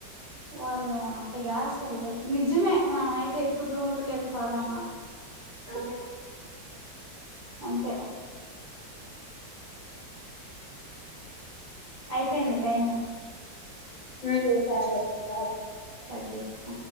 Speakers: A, on the right; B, on the left.
A: వాళ్ళు అట్టగాస్తర్లే నిజమే మనం అయితే ఎప్పుడు రూములకి వెళ్ళిపోదామా
B: ఆ
A: అంతే అయిపోయింది టైము
B: ఉమ్ సరే బాయ్
A: కట్ చేయి హ